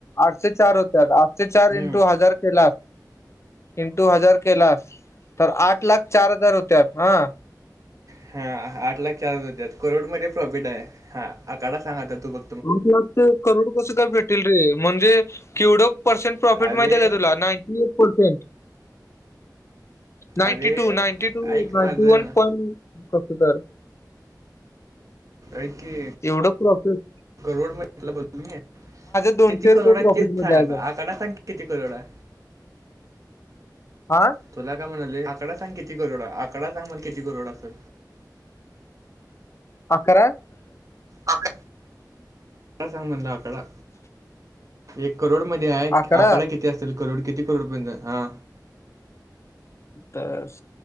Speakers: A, on the left (about 40°); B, on the right (about 50°).
A: आठशे चार होतात. ते चार
B: हम्म.
A: इंटू हजार केला इंटू हजार केलास, तर आठ लाख चार हजार होत्यात. हा.
B: हा, आठ लाख चार हजार होतात. करोडमध्ये प्रॉफिट आहे, हा आकडा सांग आता तू बघ
A: आठ लाखचं करोड कसं काय भेटेल रे? म्हणजे केवढं? पर्सेंट प्रॉफिट
B: अरे,
A: माहित आहे का तुला, नाईंटी एट पर्सेंट. नाईंटी
B: अरे
A: टू, नाईंटी टू,
B: ऐक
A: नाईंटी
B: माझं.
A: वन पॉइंट तसंतर
B: ऐक की
A: एवढं प्रॉफीट?
B: करोड <unintelligible>
A: दोनशे
B: किती
A: रुपये
B: करोड आहे
A: प्रॉफिट
B: तेच
A: मध्ये
B: सांग
A: आहे
B: आता.
A: बघ
B: आकडा सांग की किती करोड आहे.
A: आ?
B: तुला काय म्हणालोय, आकडा सांग किती करोड आहे, आकडा सांग मला किती करोड असंल?
A: अकरा?
B: आकरा? आकडा सांग म्हणलं आकडा. एक करोड मध्ये आहे,
A: अकरा
B: आकडा किती असल करोड किती करोडपर्यंत हा
A: दस,